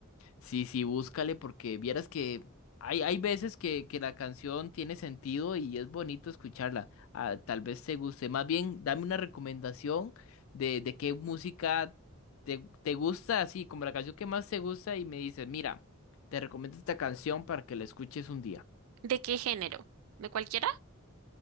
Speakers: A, on the left; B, on the right.
A: Sí, sí, búscale porque vieras que hay, hay veces que, que la canción tiene sentido y es bonito escucharla. Ah, tal vez te guste. Más bien, dame una recomendación de, de qué música te, te gusta, así como la canción que más te gusta y me dices, mira, te recomiendo esta canción para que la escuches un día.
B: ¿De qué género? ¿De cualquiera?